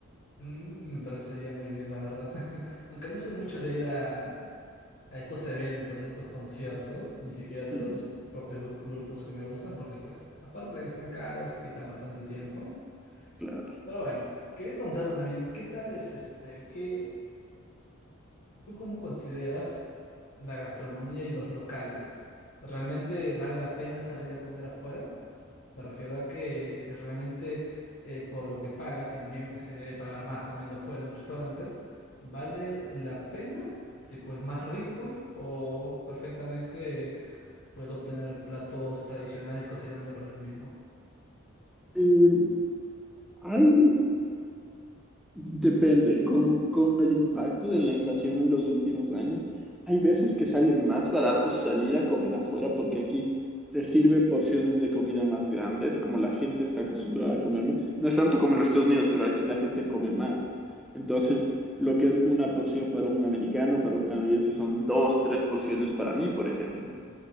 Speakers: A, on the left; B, in the centre.
A: Mm, me parecería muy bien, la verdad. <laughs> Aunque no soy mucho de ir a, a estos eventos, a estos conciertos, ni siquiera de
B: Mm,
A: los propios grupos que me gustan, porque pues, aparte de que están caros, quitan bastante tiempo.
B: claro.
A: Pero bueno, quería preguntarte también, ¿qué tal es este? ¿Qué, tú cómo consideras la gastronomía y los locales? ¿Realmente vale la pena salir a comer afuera? Me refiero a que si realmente eh, por lo que pagas, imagino que se debe pagar más comiendo afuera en restaurantes, ¿vale la pena? Tipo, ¿es más rico o perfectamente Puedo obtener platos tradicionales cocinándolos yo mismo.
B: Eh, hay Depende, con, con el impacto de la inflación en los últimos años, hay veces que sale más barato salir a comer afuera porque aquí te sirven porciones de comida más grandes, como la gente está acostumbrada a comer más. No es tanto como en los Estados Unidos, pero aquí la gente come más. Entonces, lo que es una porción para un americano, para un canadiense, son dos, tres porciones para mí, por ejemplo.